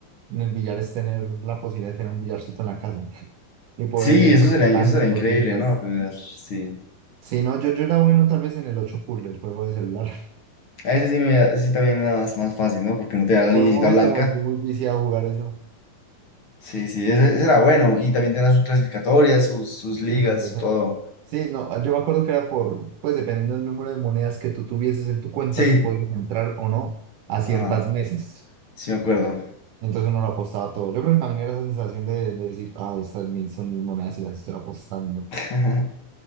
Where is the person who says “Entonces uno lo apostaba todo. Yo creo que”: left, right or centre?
Right